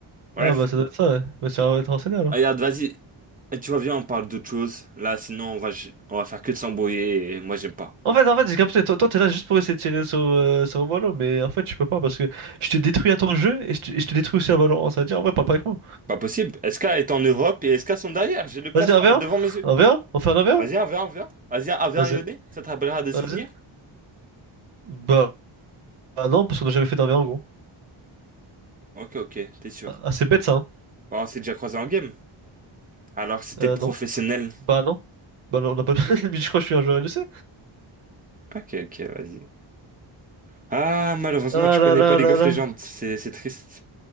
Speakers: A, on the right; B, on the right.
A: Bref,
B: Ah bah ça doit être ça, ouais. Bah t'iras te renseigner, alors.
A: regarde, vas-y. Et tu vois, viens, on parle d'autre chose. Là, sinon, on va, ju- on va faire que de s'embrouiller et moi, j'aime pas.
B: En fait, en fait, j'ai capté, toi, toi, t'es là juste pour essayer de tirer sur, euh, sur Valorant, mais en fait, tu peux pas parce que je te détruis à ton jeu et je te, et je te détruis aussi à Valorant. Ça veut dire, en vrai, parle pas avec moi.
A: Pas possible. SK est en Europe et SK sont derrière. J'ai le classement
B: Vas-y, 1v1?
A: devant mes yeux.
B: 1v1? On fait un 1v1?
A: Vas-y, viens, viens, viens. Vas-y, viens, viens,
B: Vas-y,
A: Yoné. Ça te rappellera des
B: vas-y.
A: souvenirs?
B: Bah, bah non, parce qu'on a jamais fait d'1v1 gros.
A: Ok, ok, t'es sûr.
B: Ah, c'est bête ça, hein?
A: Bah, on s'est déjà croisé en game. Alors, c'était
B: Euh,
A: professionnel.
B: non. Bah non. Bah non, on n'a pas. <laughs> Mais je crois que je suis un joueur LEC.
A: Ok, ok, vas-y. Ah, malheureusement,
B: Ah
A: tu
B: là
A: connais
B: là
A: pas League
B: là
A: of
B: là.
A: Legends. C'est, c'est triste.